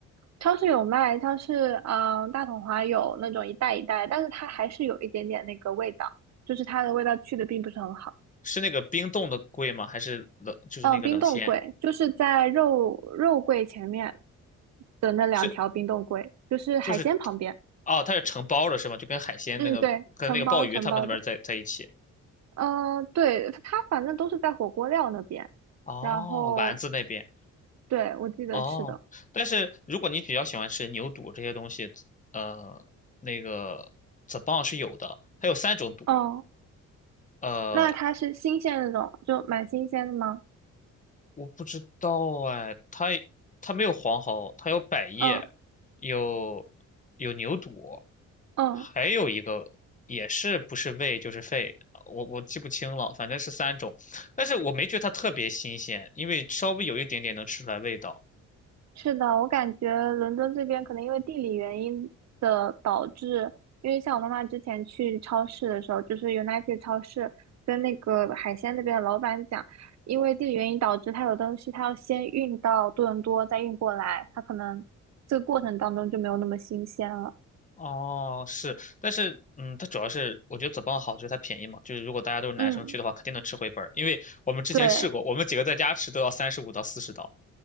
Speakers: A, on the right (about 60°); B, on the left (about 25°).
A: 超市有卖，超市嗯、呃大统华有那种一袋一袋，但是它还是有一点点那个味道，就是它的味道去的并不是很好。
B: 是那个冰冻的贵吗？还是冷，就是那个冷鲜？
A: 嗯、冰冻柜就是在肉肉柜前面的那两条冰冻柜，
B: 是
A: 就是海鲜旁边。
B: 就是，哦，它是成包的是吗？就跟海鲜那个跟那个鲍鱼他们那边在在一起。
A: 嗯，对，承包承包的。嗯、对，它反正都是在火锅料那边。
B: 哦，
A: 然后
B: 丸子那边
A: 对，我记得是的。
B: 哦，但是如果你比较喜欢吃牛肚这些东西，呃，那个 z b a 是有的，它有三种肚，
A: 哦，
B: 呃，
A: 那它是新鲜的那种，就蛮新鲜的吗？
B: 我不知道哎，它它没有黄喉，它有百叶，
A: 嗯
B: 有有牛肚，
A: 嗯，
B: 还有一个也是不是胃就是肺，我我记不清了，反正是三种，但是我没觉得它特别新鲜，因为稍微有一点点能吃出来味道。
A: 是的，我感觉伦敦这边可能因为地理原因的导致，因为像我妈妈之前去超市的时候，就是 United 超市跟那个海鲜那边的老板讲，因为地理原因导致它有东西它要先运到多伦多再运过来，它可能这个过程当中就没有那么新鲜了。
B: 哦，是，但是，嗯，它主要是我觉得 z 邦好，就是它便宜嘛，就是如果大家都是男生去的话，
A: 嗯，
B: 肯定能吃回本儿，因为我们之前试过，
A: 对。
B: 我们几个在家吃都要三十五到四十刀。